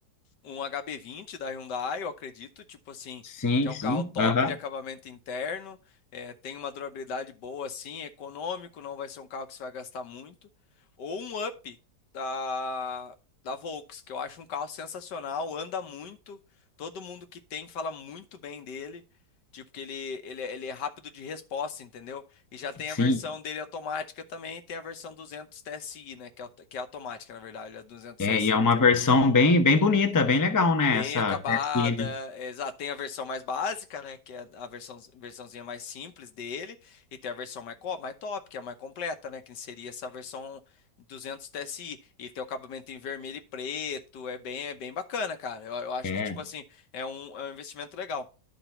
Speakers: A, on the left (about 70°); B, on the left (about 30°).
A: um HB20 da Hyundai, eu acredito, tipo assim,
B: sim,
A: que é um
B: sim,
A: carro top
B: aham,
A: de acabamento interno, é, tem uma durabilidade boa, assim, é econômico, não vai ser um carro que você vai gastar muito. Ou um Up da, da Volks, que eu acho um carro sensacional, anda muito, todo mundo que tem fala muito bem dele. Tipo, que ele, ele, ele é rápido de resposta, entendeu? E já tem
B: sim.
A: a versão dele automática também, e tem a versão 200 TSI, né? Que é, auto- que é automática, na verdade, ele é 200
B: É,
A: TSI
B: e é uma versão bem, bem bonita, bem legal, né?
A: bem
B: Essa
A: acabada.
B: TSI, né?
A: Exato, tem a versão mais básica, né? Que é a versão, versãozinha mais simples dele. E tem a versão mais, co- mais top, que é a mais completa, né? Que seria essa versão 200 TSI. E tem o acabamento em vermelho e preto. É bem, é bem bacana, cara. Eu, eu acho
B: É,
A: que, tipo assim, é um, é um investimento legal.